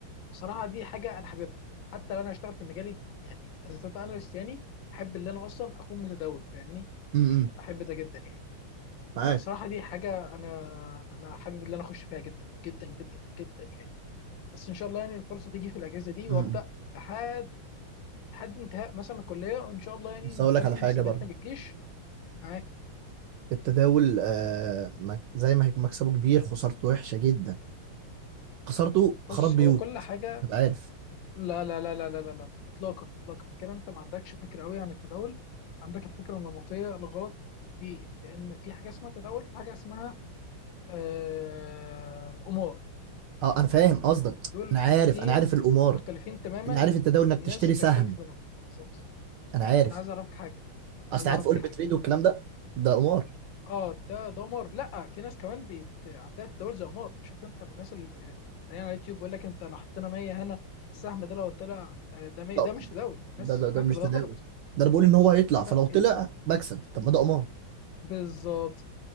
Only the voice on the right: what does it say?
امم
معاك
امم
بس
هقول لك على حاجة
برضه
التداول آه مك- زي ما هيكون مكسبه كبير خسارته وحشة جدا خسارته
خراب بيوت
تبقى عارف
اه انا فاهم قصدك
انا
عارف انا عارف القمار
انا عارف التداول انك
تشتري سهم
انا عارف
اصل
عارف اقول
بتريد والكلام ده ده قمار
ده
ده ده, ده
مش تداول
ده انا بقول ان هو هيطلع
فلو
طلع
بكسب طب ما ده قمار